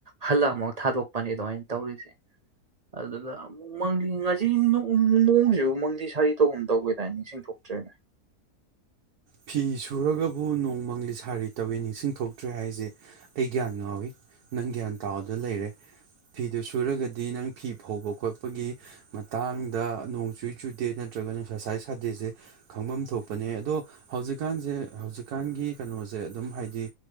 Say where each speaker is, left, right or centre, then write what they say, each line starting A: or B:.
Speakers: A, on the right (about 45°); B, on the right (about 75°).
A: ꯍꯜꯂꯛ ꯑꯃꯨꯛ ꯊꯥꯗꯣꯛꯄꯅꯤ ꯑꯗꯨꯃꯥꯏꯅ ꯇꯧꯔꯤꯁꯦ ꯑꯗꯨꯗ ꯑꯃꯨꯛ ꯃꯪꯗꯤ ꯁꯤ ꯅꯣꯡꯁꯤꯕꯨ ꯃꯪꯗꯤ ꯁꯥꯔꯤ ꯇꯧꯒꯨꯝ ꯇꯧꯒꯤꯗꯥꯅ ꯅꯤꯡꯁꯤꯡ ꯊꯣꯛꯇ꯭ꯔꯦꯅꯦ
B: ꯐꯤ ꯁꯨꯔꯒꯕꯨ ꯅꯣꯡ ꯃꯪꯂꯤ ꯁꯥꯔꯤ ꯇꯧꯏꯤ ꯅꯤꯡꯁꯤꯡ ꯊꯣꯛꯇ꯭ꯔꯦ ꯍꯥꯏꯁꯦ ꯑꯩ ꯒ꯭ꯌꯥꯟ ꯉꯥꯎꯏꯤ ꯅꯪ ꯒ꯭ꯌꯥꯟ ꯇꯥꯎꯗ ꯂꯩꯔꯦ ꯐꯤꯗꯨ ꯁꯨꯔꯒꯗꯤ ꯅꯪ ꯐꯤ ꯐꯧꯕ ꯈꯣꯠꯄꯒꯤ ꯃꯇꯥꯡꯗ ꯅꯣꯡ ꯆꯨꯏ ꯆꯨꯗꯦ ꯅꯠꯇ꯭ꯔꯒꯅ ꯑꯦꯛꯁ ꯁꯥꯏ ꯁꯥꯗꯦꯁꯦ ꯈꯪꯐꯝ ꯊꯣꯛꯄꯅꯦ ꯑꯗꯣ ꯍꯧꯖꯤꯛꯀꯥꯟꯁꯦ ꯍꯧꯖꯤꯛꯀꯥꯟꯒꯤ ꯀꯩꯅꯣꯁꯦ ꯑꯗꯨꯝ ꯍꯥꯏꯗꯤ